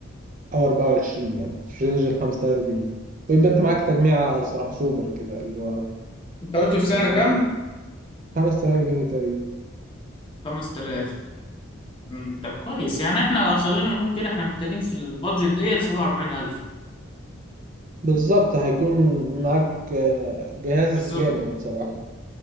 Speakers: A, on the right (about 40°); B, on the left (about 25°).
A: أو 24 يعني في رينج ال 5000 جنيه ويبقى أنت معاك تجميعة صراحة سوبر كده اللي هو
B: أنت قلت في سعر كام؟
A: بال 5000 جنيه تقريبا
B: 5000 مم. طب كويس يعني احنا خلينا نقول كده احنا محتاجين في البادجت ديت 47000
A: بالظبط هيكون معاك آه، جهاز
B: بالظبط
A: جامد صراحة